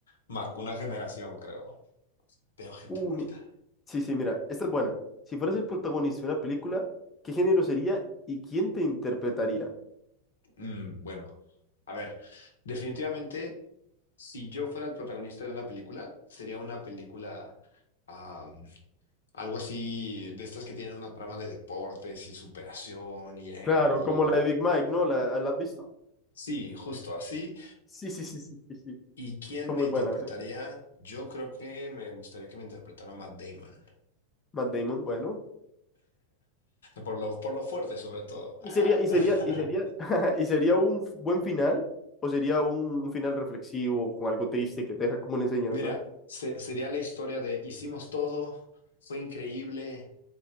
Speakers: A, on the left; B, on the left.
A: marcó una generación, creo. Veo gente
B: Uh,
A: muerta.
B: mi- Sí, sí, mira, esta es buena. Si fueras el protagonista de una película, ¿qué género sería y quién te interpretaría?
A: Mm, bueno, a ver, definitivamente, si yo fuera el protagonista de una película, sería una película am, algo así de estas que tienen una trama de deportes y superación y, eh,
B: Claro,
A: y-
B: como la de Big Mike, ¿no? ¿La, la has visto?
A: sí, justo así.
B: Sí, sí, sí, sí, sí, sí.
A: ¿Y quién
B: Son
A: me
B: muy
A: interpretaría?
B: buenas, ¿eh?
A: Yo creo que me gustaría que me interpretara Matt Damon.
B: Matt Damon, bueno.
A: Por lo, por lo fuerte, sobre todo.
B: ¿Y
A: Ah.
B: sería, y
A: <laughs>
B: sería, y sería, <laughs> y sería un f- buen final? ¿O sería un, un final reflexivo con algo triste que te deja como una enseñanza?
A: Mira, se- sería la historia de hicimos todo, fue increíble,